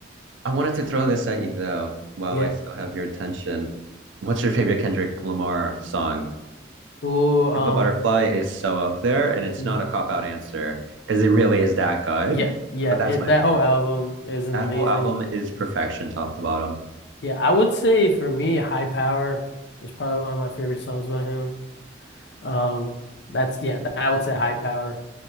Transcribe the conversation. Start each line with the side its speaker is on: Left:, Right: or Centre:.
Right: I wanted to throw this at you though, while
Left: Yeah.
Right: I still have your attention. What's your favorite Kendrick Lamar song?
Left: Oh, um,
Right: Pimp a Butterfly is so up there, and it's
Left: y-
Right: not a cop out answer because it really is that good.
Left: yeah, yeah.
Right: But that's
Left: It
Right: my
Left: that
Right: favorite.
Left: whole album is amazing.
Right: That whole album is perfection, top to bottom.
Left: Yeah, I would say for me, High Power is probably one of my favorite songs by him. Um, that's yeah, I would say High Power